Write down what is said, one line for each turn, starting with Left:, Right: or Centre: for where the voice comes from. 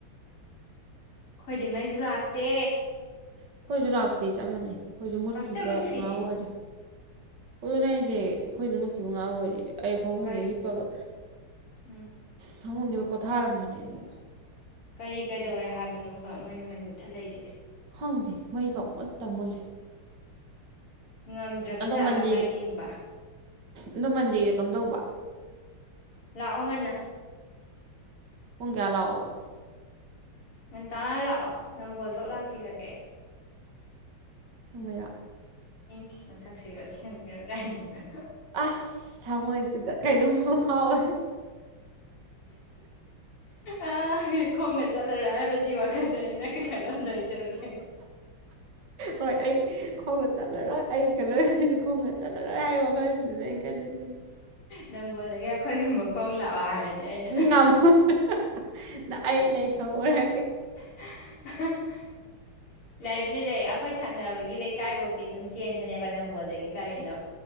Left: ꯑꯩꯈꯣꯏꯗꯤ ꯃꯩꯁꯨ ꯂꯥꯛꯇꯦ
Right: ꯑꯩꯈꯣꯏꯁꯨ ꯂꯥꯛꯇꯦ ꯆꯞ ꯃꯥꯟꯅꯩ ꯑꯩꯈꯣꯏꯁꯨ ꯃꯨꯠꯈꯤꯕ
Left: ꯍꯧꯖꯤꯛꯇ ꯃꯨꯠꯈ꯭ꯔꯤꯅꯦ
Right: ꯉꯍꯥ ꯑꯣꯏꯔꯦ ꯍꯗꯅꯦ ꯑꯩꯁꯦ ꯑꯩꯈꯣꯏꯁꯨ ꯃꯨꯠꯈꯤꯕ ꯉꯍꯥ ꯑꯣꯏꯅꯤ ꯑꯩ ꯐꯃꯨꯡꯅꯤ
Left: ꯀꯔꯤ
Right: ꯍꯤꯞꯄꯒ
Left: ꯎꯝ
Right: ꯐꯃꯨꯡ ꯄꯣꯊꯥꯔꯝꯕꯅꯦ ꯑꯗꯨ
Left: ꯀꯔꯤ ꯀꯩꯗꯧꯔꯦ ꯍꯥꯏꯕꯅꯣꯕ ꯃꯣꯏꯅ ꯃꯩ ꯃꯨꯠꯊꯠꯂꯛꯏꯁꯦ
Right: ꯈꯪꯗꯦ ꯃꯩ ꯐꯥꯎ ꯃꯨꯠꯇ ꯃꯨꯠꯂꯦ
Left: ꯉꯝꯗ꯭ꯔꯕ
Right: ꯑꯗꯣ
Left: ꯖꯥꯠꯂꯥ
Right: ꯃꯟꯗꯦꯒꯤ
Left: ꯃꯩ ꯆꯤꯡꯕ
Right: ꯑꯗꯣ ꯃꯟꯗꯦꯒꯤꯗ ꯀꯝ ꯇꯧꯕ
Left: ꯑꯣ ꯉꯟꯅ
Right: ꯄꯨꯡ ꯀꯌꯥ ꯂꯥꯛꯑꯣꯕꯥ
Left: ꯉꯟꯇꯥꯥꯅ ꯂꯥꯛꯑꯣ ꯅꯝꯕꯣꯜꯐꯧ ꯂꯥꯛꯄꯤꯔꯒꯦ ꯑꯩ
Right: ꯑꯁꯦꯡ ꯕꯩꯔꯣ
Left: ꯏ ꯃꯁꯛꯁꯤꯒ ꯑꯥꯁꯦꯡ ꯕꯩꯔꯥ ꯀꯥꯏꯅꯥ
Right: ꯑꯁ ꯊꯃꯣꯏꯁꯤꯗ ꯀꯩꯅꯣꯝꯃ ꯐꯥꯎꯋꯦ
Left: ꯑ ꯈꯣꯡꯅ ꯆꯠꯂꯔꯣꯏ ꯍꯥꯏꯕꯁꯤ ꯋꯥꯈꯜ ꯀꯟꯅꯅꯪ ꯈꯂꯗꯏ ꯆꯁꯦ
Right: ꯍꯣꯏ ꯑꯩ ꯈꯣꯡꯅ ꯆꯠꯂꯔꯣꯏ ꯑꯩ ꯈꯜꯂꯔ ꯑꯩꯁꯨ ꯈꯣꯡꯅ ꯆꯠꯂꯔꯣꯏ ꯇ ꯋꯥꯈꯜꯁꯤꯗꯥꯅꯤ ꯑꯩꯅꯥ ꯈꯜꯂꯤꯖꯦ
Left: ꯂꯝꯝꯣꯜꯒꯦ ꯑꯩꯈꯣꯏꯌꯨꯝꯕ ꯈꯣꯡ ꯂꯥꯛꯑꯣ ꯍꯥꯏꯔꯗꯤ ꯑꯩꯅ
Right: ꯉꯝꯃꯔꯣꯏꯅ ꯑꯩ ꯂꯩꯍꯧꯔꯒꯦ
Left: ꯍꯤ ꯍꯤ <unintelligible> <inaudible> ꯂꯩꯕꯨꯗꯤ ꯂꯩ ꯑꯩꯈꯣꯏ ꯊꯛꯅꯕꯒꯤ ꯂꯩꯀꯥꯏꯐꯧꯛꯇꯤ ꯑꯗꯨꯝ ꯆꯦꯟꯕꯅꯦꯕ ꯅꯝꯕꯣꯜꯗꯒꯤ ꯒꯥꯔꯤꯗꯣ